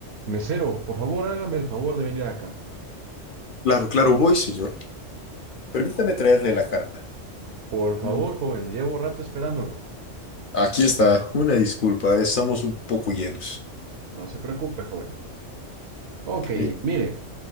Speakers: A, on the right; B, on the left.
A: Mesero, por favor, hágame el favor de venir acá.
B: Claro, claro, voy, señor. Permítame traerle la carta.
A: Por favor,
B: Mm,
A: joven, le llevo rato esperándolo.
B: Aquí está. Una disculpa, estamos un poco llenos.
A: No se preocupe, joven. Ok,
B: Ok,
A: mire,